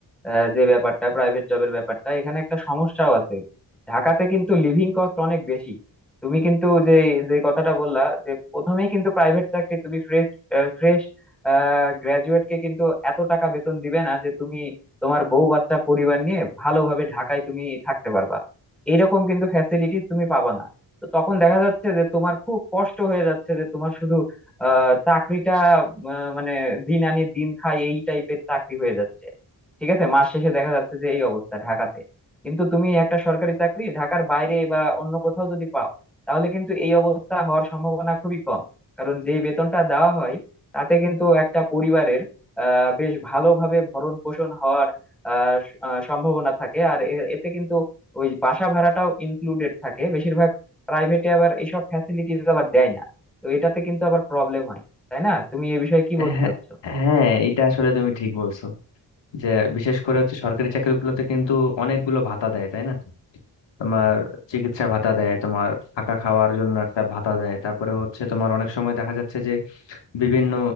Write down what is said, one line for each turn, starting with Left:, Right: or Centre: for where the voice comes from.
Centre: আহ, যে ব্যাপারটা প্রাইভেট জবের ব্যাপারটা এখানে একটা সমস্যাও আছে ঢাকাতে কিন্তু লিভিং কস্ট অনেক বেশি তুমি কিন্তু যে যে কথাটা বললা যে প্রথমেই কিন্তু প্রাইভেট চাকরি তুমি ফ্রেশ ফ্রেশ গ্রাজুয়েট কে কিন্তু এত টাকা বেতন দিবে না যে তুমি তোমার বউ বাচ্চা পরিবার নিয়ে ভালোভাবে ঢাকায় তুমি থাকতে পারবা এরকম কিন্তু ফ্যাসিলিটিস তুমি পাবা না তো তখন দেখা যাচ্ছে যে তোমার খুব কষ্ট হয়ে যাচ্ছে যে তোমার শুধু আহ চাকরিটা আহ, মানে দিন আনি দিন খাই এই টাইপের চাকরি হয়ে যাচ্ছে ঠিক আছে মাস শেষে দেখা যাচ্ছে যে এই অবস্থা ঢাকাতে কিন্তু তুমি একটা সরকারি চাকরি ঢাকার বাইরে বা অন্য কোথাও যদি পাও তাহলে কিন্তু এই অবস্থা হওয়ার সম্ভাবনা খুবই কম কারণ যেই বেতনটা দেওয়া হয় তাতে কিন্তু একটা পরিবারের আহ বেশ ভালোভাবে ভরণ পোষণ হওয়ার আহ স- আহ, সম্ভাবনা থাকে আর এ- এতে কিন্তু ওই বাসা ভাড়াটাও ইনক্লুডেড থাকে বেশিরভাগ প্রাইভেটে আবার এইসব ফ্যাসিলিটিস আবার দেয় না তো এটাতে কিন্তু আবার প্রবলেম হয় তাই না তুমি এই বিষয়ে কি বলতে
Left: হ্যাঁ
Centre: চাচ্ছো
Left: হ্যাঁ, এটা আসলে তুমি ঠিক বলছো যে বিশেষ করে হচ্ছে সরকারি চাকরিগুলোতে কিন্তু অনেকগুলো ভাতা দেয় তাই না তোমার চিকিৎসা ভাতা দেয় তোমার থাকা খাওয়ার জন্য একটা ভাতা দেয় তারপরে হচ্ছে তোমার অনেক সময় দেখা যাচ্ছে যে বিভিন্ন